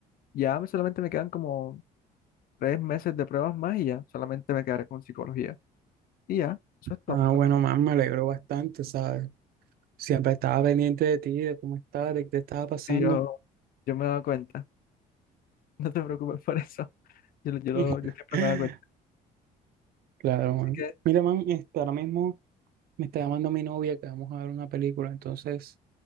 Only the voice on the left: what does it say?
Ya me- solamente me quedan como tres meses de pruebas más y ya, solamente me quedaré con psicología. Y ya, eso es todo.
Sí, yo, yo me he dado cuenta, <laughs> no te preocupes por eso. Yo, lo- yo, lo-
yo siempre me he dado cuenta.
Así que,